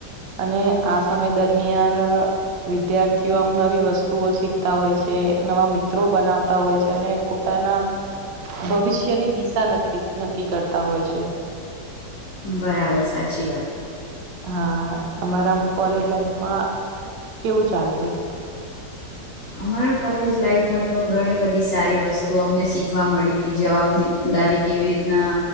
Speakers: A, on the right; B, on the left.
A: અને આ સમય દરમિયાન વિદ્યાર્થીઓ આમ નવી વસ્તુઓ શીખતા હોય છે જે નવા મિત્રો બનાવતા હોય છે અને પોતાના ભવિષ્યની દિશા ન નક્કી કરતા હોય છે.
B: બરાબર સાચી વાત.
A: હા તમારા કોલેજ લાઈફમાં કેવું ચાલતું?
B: અમારો કોલેજ લાઈફમાં તો ઘણી બધી સારી વસ્તુઓ અમને શીખવા મળી તી, જવાબ દા દિ જવાબ <unintelligible> કેવી રીતના